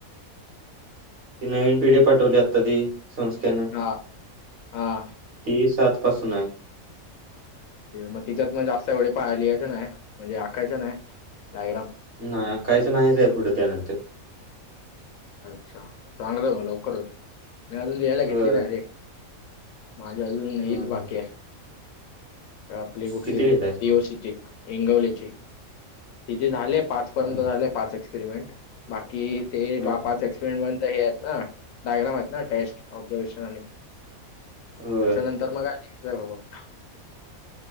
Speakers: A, on the right; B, on the left.
A: ते नवीन पिढे पाठवली आता ती संस्थे न.
B: हा, हा.
A: ते सात पासन.
B: मग तिच्यात मण जास्त एवढे पा लिहायच नाही म्हणजे आकायच नाही डायगराम.
A: नाही आकायच नाही त्या पुढ त्यानंतर.
B: अच्छा, चांगला हो लवकर होत मी अजून लिहायला घेतली
A: होय
B: नाय रे. माझी अजून हेच
A: हं
B: बाकी
A: हं
B: आहे. आपली कुठली
A: किती लिहिलायस
B: तीओसीची
A: मग
B: इंगवलेची. तिचे झाले पाच पर्यंत
A: हं
B: झाले पाच एक्सपेरिमेंट बाकी ते
A: हं
B: बा पाच एक्सपिरिमेंट हे आहेत ना डायग्राम आहेत ना टेस्ट ऑबझर्वेशन आणि
A: होय
B: त्याच्यानंतर मग आ <unintelligible> बघ.